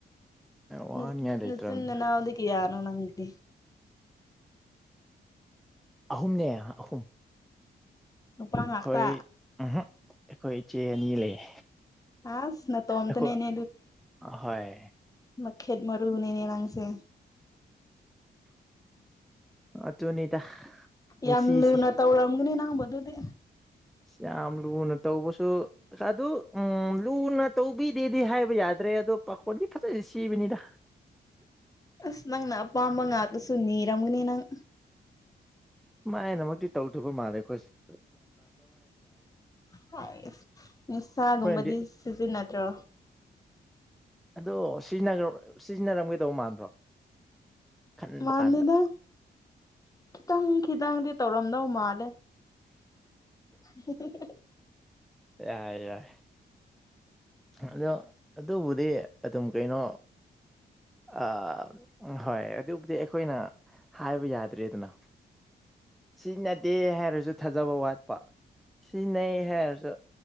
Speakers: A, in the centre; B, on the left (about 20°).
A: ꯋꯥꯍꯟꯉꯥꯏ
B: ꯅꯥ
A: ꯂꯩꯇ꯭ꯔꯕꯅꯦ
B: ꯅꯆꯤꯟꯅꯥꯅꯎꯗꯤ ꯀꯌꯥꯅꯣ ꯅꯪꯗꯤ
A: ꯑꯍꯨꯝꯅꯦ ꯑꯍꯨꯝ
B: ꯅꯨꯄꯥ ꯉꯥꯛꯇ
A: ꯈꯣꯏ ꯎꯝꯍꯝ ꯈꯣꯏ ꯏꯆꯦ ꯑꯅꯤ ꯂꯩꯌꯦ
B: ꯑꯁ ꯅꯇꯣꯝꯇꯅꯤꯅꯦ
A: ꯑꯈꯣ ꯍꯣꯏ
B: ꯃꯥꯈꯦꯠ ꯃꯔꯨꯅꯤꯅꯦ ꯅꯪꯁꯦ
A: ꯑꯗꯨꯅꯤꯗ ꯄꯨꯟꯁꯤꯁꯤ
B: ꯌꯥꯝ ꯂꯨꯅ ꯇꯧꯔꯝꯒꯅꯤ ꯅꯪꯕꯨ ꯗꯨꯗꯤ
A: ꯌꯥꯝ ꯂꯨꯅ ꯇꯧꯕꯁꯨ ꯑꯗꯨ ꯎꯝ ꯂꯨꯅ ꯇꯧꯕꯤꯗꯦꯗꯤ ꯍꯥꯏꯕ ꯌꯥꯗ꯭ꯔꯦ ꯑꯗꯣ ꯄꯥꯈꯣꯟꯗꯤ ꯐꯖꯟꯅꯗꯤ ꯁꯤꯕꯅꯤꯗ
B: ꯑꯁ ꯅꯪꯅ ꯑꯄꯥꯝꯕ ꯉꯥꯛꯇꯁꯨꯅꯤꯔꯝꯒꯅꯤ ꯅꯪ
A: ꯃꯥꯏꯅꯃꯛꯇꯤ ꯇꯧꯗꯕ ꯃꯥꯜꯂꯦ ꯈꯣꯏꯁꯤ
B: ꯍꯥꯏꯁ ꯅꯤꯁꯥꯒꯨꯝꯕꯗꯤ
A: ꯑꯩꯈꯣꯏꯅꯗꯤ
B: ꯁꯤꯖꯤꯟꯅꯗ꯭ꯔꯣ
A: ꯑꯗꯣ ꯁꯤꯒ꯭ꯔꯕ ꯁꯤꯖꯤꯟꯅꯔꯝꯒꯗꯧꯕ ꯃꯥꯟꯕ꯭ꯔꯣ ꯈꯟꯕ
B: ꯃꯥꯟꯗꯦꯗ
A: ꯀꯥꯟꯗ
B: ꯈꯤꯇꯪ ꯈꯤꯇꯪꯗꯤ ꯇꯧꯔꯝꯗꯧ ꯃꯥꯜꯂꯦ ꯍꯤ ꯍꯤ ꯍꯤ
A: ꯌꯥꯏ ꯌꯥꯏ ꯑꯗꯣ ꯑꯗꯨꯕꯨꯗꯤ ꯑꯗꯨꯝ ꯀꯩꯅꯣ ꯑꯥ ꯍꯣꯏ ꯑꯗꯨꯕꯨꯗꯤ ꯑꯩꯈꯣꯏꯅ ꯍꯥꯏꯕ ꯌꯥꯗ꯭ꯔꯦꯗꯅ ꯁꯤ ꯅꯠꯗꯦ ꯍꯥꯏꯔꯁꯨ ꯊꯥꯖꯕ ꯋꯥꯠꯄ ꯁꯤꯅꯦ ꯍꯥꯏꯔꯁꯨ